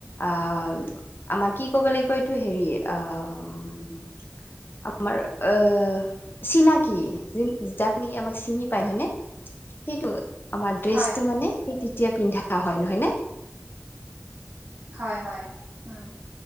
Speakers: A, on the left (about 45°); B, on the right (about 35°).
A: আউম। আমাৰ কি কইব লাইব এইটো হেৰি আম আমাৰ এ চিনাকি যাক নেকি আমাক চিনি পায় হয় ন সেইটো আমাৰ ড্ৰেছটো
B: হয়
A: মানে তেতিয়া পিন্ধা হয় নহয়নে।
B: হয়, হয় উম।